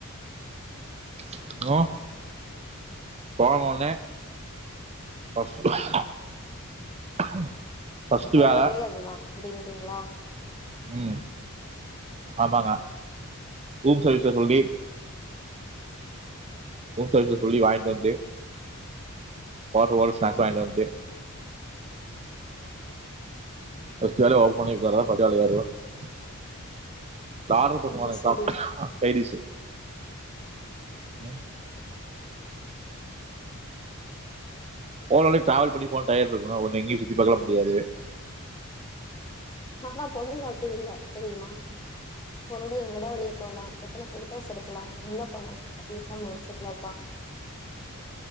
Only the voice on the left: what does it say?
மொத
வேலயே அது தா வடியவிடியங்ளா
அது சரி
ஆனா பொண்ணுங்க அப்டி இல்ல தெரியுமா போனதும் எங்கலா வெளிய போகலாம் எத்தனை போட்டோஸ் எடுக்கலாம் என்ன பண்ணலாம் அப்படின்னுதான் மைண்ட் செட்ல இருப்பா